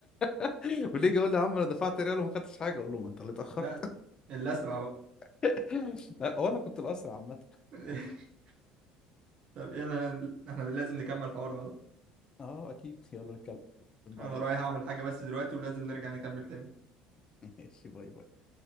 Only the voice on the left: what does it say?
<laughs> واللي يجي يقول لي يا عم انا دفعت ريال وما خدتش حاجه اقول له ما انت اللي اتاخرت
<laughs> لا، هو انا كنت الاسرع عامه
اه اكيد يلا نتكلم بعدين
<laughs> ماشي باي باي